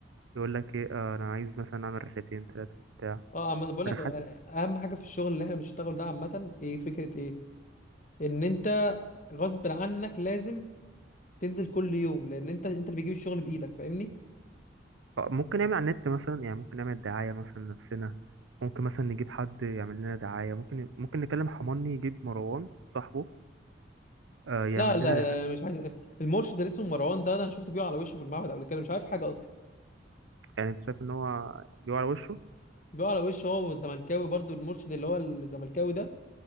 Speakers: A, on the right; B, on the left.
A: يقول لك ايه آه انا عايز مثلا اعمل رحلتين ثلاثه بتاع
B: اه اما انا بقول لك
A: انا حاسس
B: آه، اهم حاجه في الشغل اللي احنا بنشتغله ده عامه ايه فكره ايه ان انت غصب عنك لازم تنزل كل يوم لان انت انت اللي بتجيب الشغل بايدك فاهمني
A: آه، ممكن نعمل على النت مثلا يعني ممكن نعمل دعايه مثلا نفسنا ممكن مثلا نجيب حد يعمل لنا دعايه ممكن ممكن نكلم حماني يجيب مروان صاحبه آه، يعمل
B: لا لا
A: لنا
B: لا مش عايز <laughs> المرشد اللي اسمه مروان ده ده انا شفته بيقع على وشه في المعبد قبل كده مش عارف حاجه اصلا
A: يعني انت شايف ان هو بيقع على وشه
B: بيقع على وشه هو والزملكاوي برضو المرشد اللي هو الزملكاوي ده